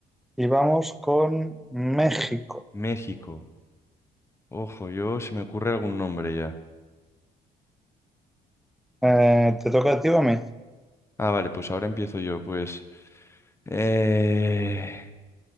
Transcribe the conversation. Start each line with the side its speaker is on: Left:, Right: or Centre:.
Centre: Y vamos con México.
Left: México. Ojo, yo se me ocurre algún nombre ya.
Centre: Eh, te toca a ti o a mí.
Left: Ah, vale, pues ahora empiezo yo. Pues eh,